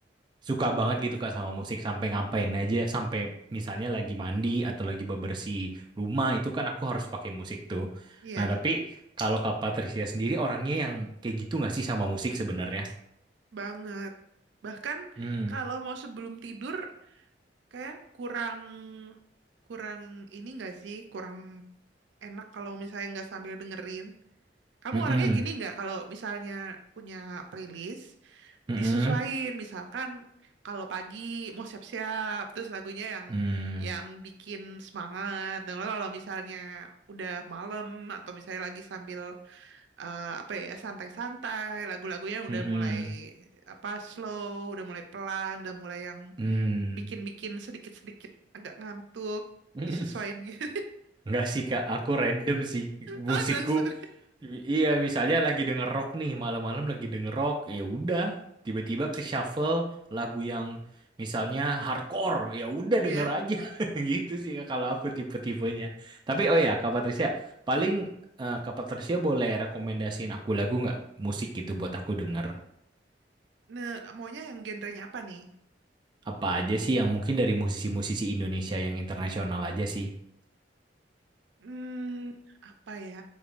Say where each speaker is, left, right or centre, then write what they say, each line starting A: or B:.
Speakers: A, on the right; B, on the right.
A: suka banget gitu Kak sama musik sampai ngapain aja, sampai misalnya lagi mandi atau lagi bebersih rumah itu kan aku harus pakai musik tuh.
B: iya
A: Nah, tapi kalau Kak Patricia sendiri orangnya yang kayak gitu nggak sih sama musik sebenarnya?
B: banget. Bahkan
A: Hmm.
B: kalau mau sebelum tidur kayak kurang kurang ini nggak sih kurang enak kalau misalnya nggak sambil dengerin. Kamu
A: Mm-mm.
B: orangnya gini nggak kalau misalnya punya playlist
A: Mm-mm.
B: disesuaiin misalkan kalau pagi mau siap-siap terus lagunya yang
A: Mm.
B: yang bikin semangat. Dan kalau misalnya udah malam atau misalnya lagi sambil eh, apa ya santai-santai lagu-lagunya udah
A: Mm-mm.
B: mulai apa slow, udah mulai pelan, udah mulai yang
A: Mm.
B: bikin-bikin sedikit-sedikit agak ngantuk
A: Mm-mm.
B: disesuaiin
A: Mm. <laughs>
B: gitu.
A: Enggak sih Kak, aku random sih
B: <laughs> Ada
A: musikku.
B: langsung.
A: i- Iya, misalnya lagi denger rock nih, malam-malam lagi denger rock, ya udah tiba-tiba ke shuffle lagu yang misalnya hardcore, ya udah
B: Ya.
A: denger aja. <laughs> Gitu sih Kak kalau aku tipe-tipenya. Tapi oh ya, Kak Patricia, paling eh, Kak Patricia boleh rekomendasiin aku lagu nggak musik gitu buat aku denger.
B: Nah, maunya yang genrenya apa nih?
A: Apa aja sih yang mungkin dari musisi-musisi Indonesia yang internasional aja sih.
B: Hmm, apa ya?